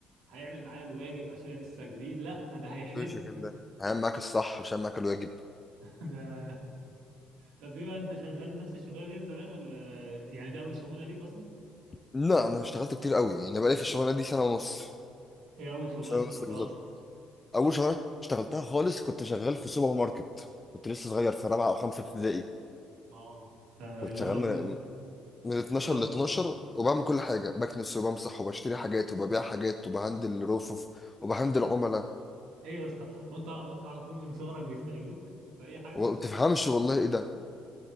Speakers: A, on the right (about 85°); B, on the left (about 20°).
A: وهيعمل معايا الواجب عشان أنا لسه جديد لا ده هيحلبك
B: ماشي كان ده هعمل معاك الصح مش هعمل معاك الواجب
A: <laughs> ده طب دي بقى انت شغال نفس الشغلانه دي من زمان ولا يعني ده اول شغلانه ليك اصلا
B: لا انا اشتغلت كتير قوي يعني انا بقالي في الشغلانه دي سنه ونص
A: ايه اول شغلانه
B: سنه
A: اشتغلتها
B: ونص بالظبط
A: اصلا
B: اول شغلانه اشتغلتها خالص كنت شغال في سوبر ماركت كنت لسه صغير في رابعه او خمسه ابتدائي
A: اه آه،
B: كنت
A: اللي
B: شغال
A: هو اللي
B: من 12
A: هو
B: ل 12 وبعمل كل حاجه
A: آه،
B: بكنس وبمسح وبشتري حاجات وببيع حاجات وبهندل رفوف وبهندل عملاء
A: ايه يا اسطى وانت وانت على طول من صغرك بيستغلوك في اي حاجه
B: وما تفهمش والله ايه ده